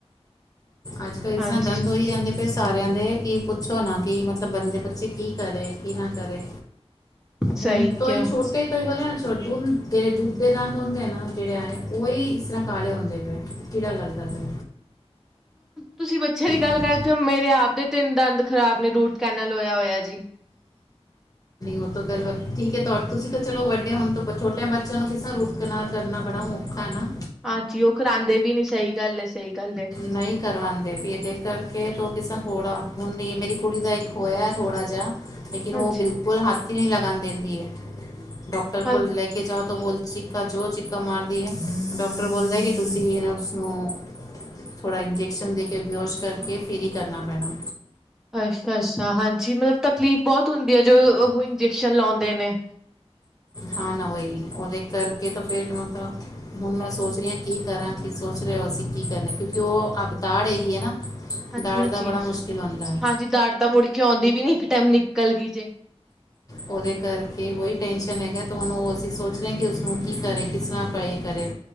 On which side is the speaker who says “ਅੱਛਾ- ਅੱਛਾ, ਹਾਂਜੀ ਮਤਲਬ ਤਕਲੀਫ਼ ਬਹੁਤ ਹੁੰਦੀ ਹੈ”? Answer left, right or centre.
Centre